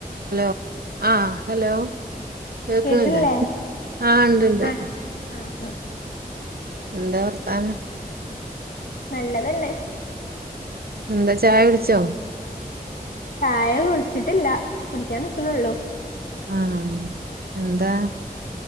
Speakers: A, on the right; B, on the left.
A: Hello ആ ആ hello കേൾക്കണില്ലേ
B: കേക്ണ്ല്ലേ
A: ആഹ് ഇണ്ട്ണ്ട്
B: ആ ആ ആ
A: എന്താ വർത്താനം
B: നല്ല തന്നെ
A: എന്താ ചായ കുടിച്ചോ
B: ചായ കുട്ച്ച്ട്ടില്ല കുടിക്കാൻ നിക്ണോള്ളൂ
A: ആ ആ എന്താ